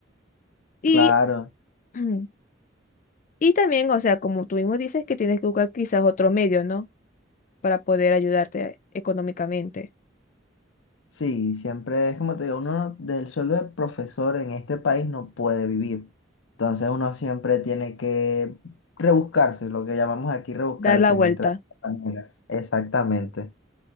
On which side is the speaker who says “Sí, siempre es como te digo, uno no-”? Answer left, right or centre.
Left